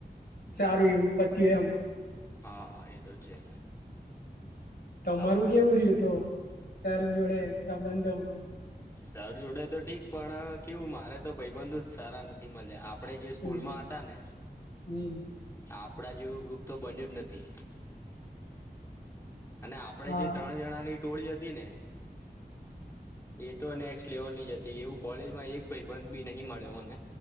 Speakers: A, on the left; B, on the left.
A: સારું એવું પત્યું એમ.
B: હા હા એ તો છે.
A: તમારું
B: હા
A: કેવું રહ્યુંતો સર જોડે સંબંધ ધવન?
B: સાાર જોડે તો ઠીક, પણ કેવું મારે તો ભાઈબંધુ જ સારા નથી મળ્યા, આપ પડે જે સ્કૂલમાં
A: હમ
B: હતા ને,
A: હમ
B: આપડા જેવું ગ્રુપ તો બન્યુંજ નથી. અને આપણેે
A: હા
B: જે ત્રણ જણાની ટોળી હતી ને એ તો નેક્સ્ટ લેવલ નીજ હતી, એવું કોલેજમાં એક ભાઈ બંધ બી નહી મળ્યો મને.